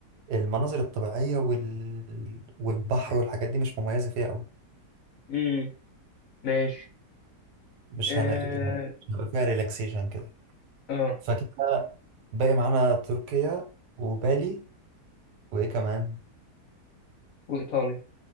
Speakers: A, on the right; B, on the left.
A: المناظر الطبيعية وال... والبحر والحاجات دي مش مميزة فيها قوي
B: امم ماشي
A: مش
B: اه
A: هنر... يعني مش هيبقى فيها ريلاكسيشن كده
B: اه
A: فكده باقي معانا تركيا وبالي وإيه كمان
B: وايطاليا